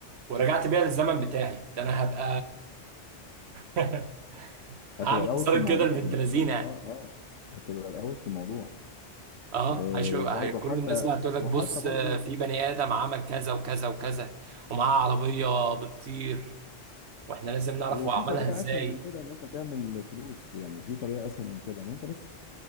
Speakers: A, on the right (about 65°); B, on the left (about 80°).
A: ورجعت بيها للزمن بتاعي ده انا هبقى <laughs>
B: هتبقى
A: هعمل
B: الاول
A: صارت
B: في الموضوع
A: كده البنت
B: انت
A: لذينه
B: كده اه
A: يعني.
B: اه هتبقى الاول في الموضوع
A: اه
B: آه
A: هيشوف
B: وبرضه
A: هي- كل
B: حتى
A: الناس بقى هتقول
B: وحتى
A: لك بص
B: برضه
A: آه، في بني ادم عمل كذا وكذا وكذا ومعاه عربيه بتطير واحنا لازم نعرف
B: وفي
A: هو عملها
B: طريقة
A: ازاي
B: أسهل من كده إن أنت تعمل فلوس يعني في طريقة أسهل من كده إن أنت بس